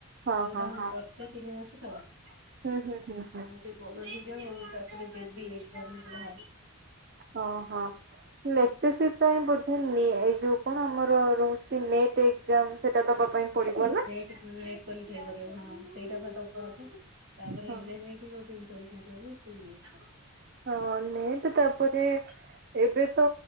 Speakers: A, on the right; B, on the right.
A: ହଁ
B: ଉ
A: ହଁ ହଁ
B: ବର୍ଷେ ତିନି ମାସ ତ <inaudible>
A: ହୁଁ ହୁଁ ହୁଁ ହୁଁ।
B: ଟିକେ ବଡ ହେଇଯାଉ, ତାପରେ ଦେବି ଏକଜାମ ଗୁଡା।
A: ଓଁ ହଁ। ଲେକ୍ଚରସିପ ପାଇଁ ବୋଧେ ନିଏ ଯୋଉ କଣ ଆମର ରହୁଛି ନେଟ୍? ଏଜାମ ସେଟା ଦବା ପାଇଁ ପଡିବ ନା।
B: ନ କ ଠିଆ କରିବ ହଁ ସେଇଟା ଦବା ଆ ତ ତାପରେ
A: ହଁ
B: ହେଲେ ଯାଇକି? <unintelligible>
A: ହଁ ନେଟ ତାପରେ? ଏବେ ତ